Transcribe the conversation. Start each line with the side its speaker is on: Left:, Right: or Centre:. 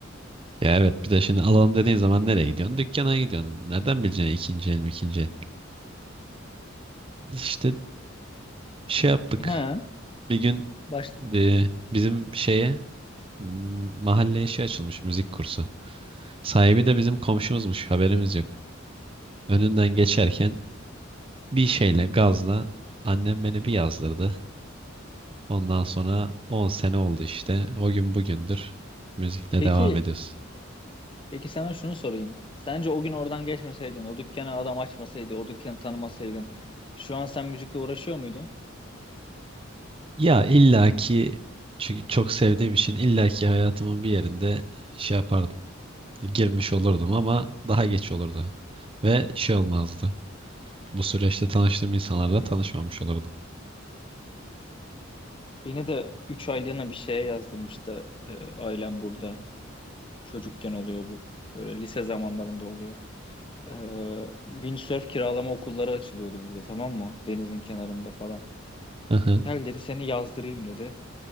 Right: Ya evet bir de şimdi alalım dediğin zaman nereye gidiyorsun? Dükkana gidiyorsun. Nereden bileceksin ikinci el mi ikinci el? İşte şey yaptık.
Left: Ha,
Right: Bir gün
Left: başta.
Right: e, bizim şeye m- mahalleye şey açılmış müzik kursu. Sahibi de bizim komşumuzmuş haberimiz yok. Önünden geçerken bir şeyle gazla annem beni bir yazdırdı. Ondan sonra 10 sene oldu işte. O gün bugündür müzikle
Left: Peki
Right: devam ediyoruz.
Left: Peki sana şunu sorayım. Sence o gün oradan geçmeseydin, o dükkanı adam açmasaydı, o dükkanı tanımasaydın, şu an sen müzikle uğraşıyor muydun?
Right: Ya illaki çünkü çok sevdiğim için illaki hayatımın bir yerinde şey yapardım. Girmiş olurdum ama daha geç olurdu. Ve şey olmazdı. Bu süreçte tanıştığım insanlarla tanışmamış olurdum.
Left: Beni de 3 aylığına bir şeye yazdırmıştı e, ailem burada. Çocukken oluyor bu. Böyle lise zamanlarında oluyor. E, windsurf kiralama okulları açılıyordu burada tamam mı? Denizin kenarında falan.
Right: Hı hı,
Left: Gel dedi seni yazdırayım dedi.